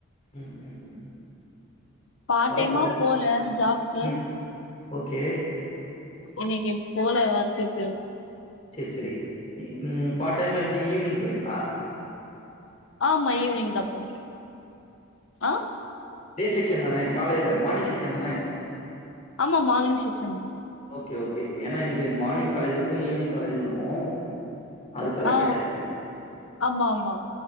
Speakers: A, on the left (about 35°); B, on the left (about 65°).
A: ம் ம் ம்
B: பாட்டைமா
A: வாழ்த்துக்கள்
B: போற ஜாப்கு
A: ம் ஓகே
B: இன்னிக்கு போல அத்துக்கு
A: சேரி சேரி பார்ட் டைமா எப்டி ஈவ்னிங் போறீங்ளா
B: ஆமா ஈவினிங் தா போரெ ஆ
A: டே செக்ஷன் தானே காலைல மானிங் செக்ஷன் தானே
B: ஆமா மானி செக்சன்
A: ஓகே ஓகே ஏன்னா இங்கடு மானிங் காலேஜ் இருக்கு ஈவ்னிங் காலேஜ் இருக்கு அதுக்கால
B: ஆ
A: கேட்டே
B: ஆமா ஆமா